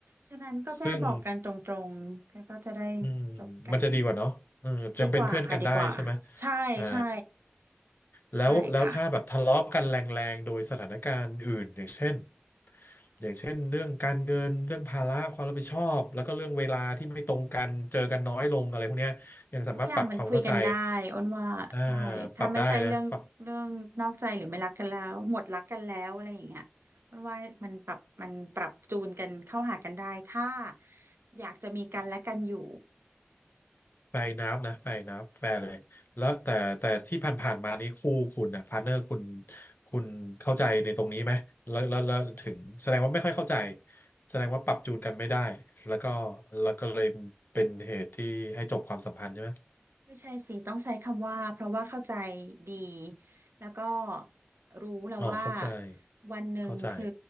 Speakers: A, on the right; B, on the left.
A: ฉะนั้นก็แค่บอกกันตรงๆ
B: ซึ่ง
A: แล้วก็จะได้
B: อืม
A: จบกัน
B: มันจะดีกว่าเนาะเออยังเป็นเพื่อนกันได้ใช่ไหม
A: ดีกว่าค่ะดีกว่าใช่ใช่
B: อ่าแล้วแล้วถ้าแบบทะเลาะกันแรงๆโดยสถานการณ์อื่นอย่างเช่น
A: ใช่ค่ะ
B: อย่างเช่นเรื่องการเงินเรื่องภาระความรับผิดชอบแล้วก็เรื่องเวลาที่ไม่ตรงกันเจอกันน้อยลงอะไรพวกเนี้ยยังสามารถปรับความเข้าใจ
A: ทุกอย่างมันคุยกันได้อ้นว่าใช่ถ้าไม่ใช่เรื่องเรื่องนอกใจหรือไม่รักกันแล้วหมดรักกันแล้วอะไรอย่างเงี้ยอ้นว่ามันปรับมันปรับจูนกันเข้าหากันได้ถ้า
B: อ่าปรับได้นะปรับ
A: อยากจะมีกันและกันอยู่
B: แฟร์นับนะแฟร์น้ำแฟร์เลยแล้วแต่แต่ที่ผ่านๆมานี้คู่คุณนะพาร์เนอร์คุณคุณเข้าใจในตรงนี้ไหมแล้วแล้วแล้วถึงแสดงว่าไม่ค่อยเข้าใจแสดงว่าปรับจูนกันไม่ได้แล้วก็แล้วก็เลยเป็นเหตุที่ให้จบความสัมพันธ์ใช่ไหม
A: ไม่ใช่สิต้องใช้คำว่าเพราะว่าเข้าใจดีแล้วก็รู้แล้วว่า
B: อ๋อเข้าใจ
A: วันหนึ่งคือ
B: เข้าใจ